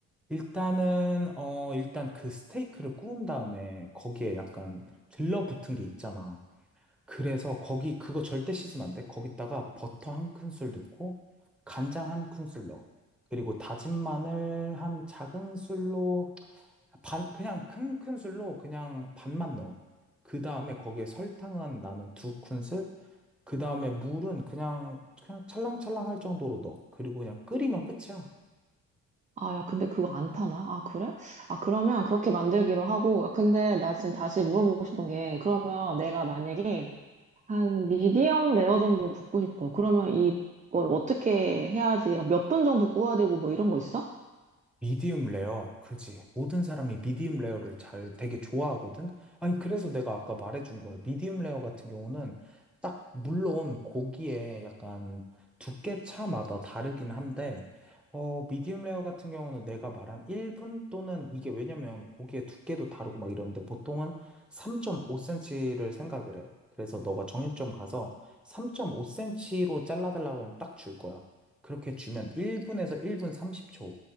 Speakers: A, in the centre; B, on the right.
A: 일단은, 어, 일단 그 스테이크를 구운 다음에 거기에 약간 들러붙은 게 있잖아. 그래서 거기, 그거 절대 씻으면 안 돼. 거기다가 버터 한 큰술 넣고, 간장 한 큰술 넣어. 그리고 다진 마늘 한 작은 술로 반, 그냥 큰 큰술로 그냥 반만 넣어. 그 다음에 거기에 설탕은 나는 두 큰술, 그 다음에 물은 그냥, 그냥 찰랑찰랑 할 정도로 넣어. 그리고 그냥 끓이면 끝이야.
B: 아, 야, 근데 그거 안 타나? 아, 그래? 아, 그러면 그렇게 만들기로 하고. 아, 근데 나 지금 다시 물어보고 싶은 게, 그러면 내가 만약에 한 미디엄 레어 정도 굽고 싶어. 그러면 이걸 어떻게 해야지? 몇 분 정도 구워야 되고 뭐 이런 거 있어?
A: 미디움 레어, 그지. 모든 사람이 미디움 레어를 잘 되게 좋아하거든? 아니, 그래서 내가 아까 말해준 거야. 미디움 레어 같은 경우는 딱, 물론 고기에 약간 두께 차마다 다르긴 한데, 어, 미디움 레어 같은 경우는 내가 말한 1분 또는 이게 왜냐면 고기의 두께도 다르고 막 이러는데 보통은 3.5cm를 생각을 해. 그래서 너가 정육점 가서 3.5cm로 잘라달라고 하면 딱 줄 거야. 그렇게 주면 1분에서 1분 30초.